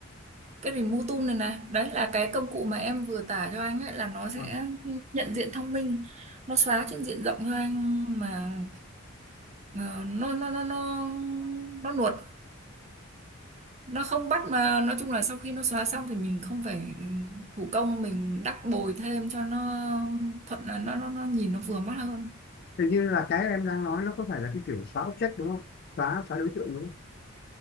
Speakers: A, on the right (about 30°); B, on the left (about 45°).
A: cái Remove Tool này này đấy là cái công cụ mà em vừa tả cho anh ấy là nó sẽ
B: ờ.
A: nhận diện thông minh nó xóa trên diện rộng cho anh mà ờ, nó nó nó nó nó nuột nó không bắt mà nói chung là sau khi nó xóa xong thì mình không phải ừ, thủ công mình đắp bồi thêm cho nó thuận là nó nó nó nhìn nó vừa mắt hơn
B: Hình như là cái em đang nói nó có phải là cái kiểu xóa object đúng không xóa xóa đối tượng đúng